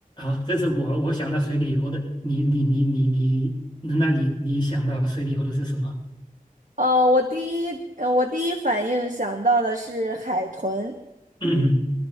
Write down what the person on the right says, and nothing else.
呃，我第一，呃我第一反应想到的是海豚，